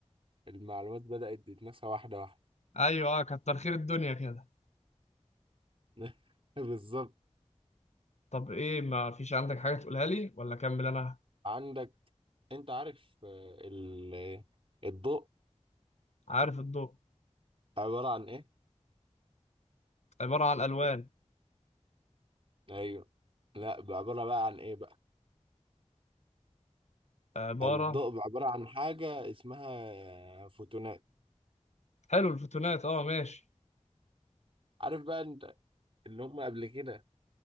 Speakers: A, on the right; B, on the left.
A: المعلومات بدأت تتنسى واحدة واحدة
B: أيوة أه كتر خير الدنيا كده
A: <laughs> بالظبط
B: طب ايه ما فيش عندك حاجة تقولها لي ولا اكمل انا
A: عندك انت عارف آه، ال- الضوء
B: عارف الضوء
A: عبارة عن ايه
B: عبارة عن الوان
A: ايوه لا بقى عبارة بقى عن ايه بقى
B: عبارة
A: الضوء عبارة عن حاجة اسمها فوتونات
B: حلو الفوتونات اه ماشي
A: عارف بقى انت اللي هم قبل كده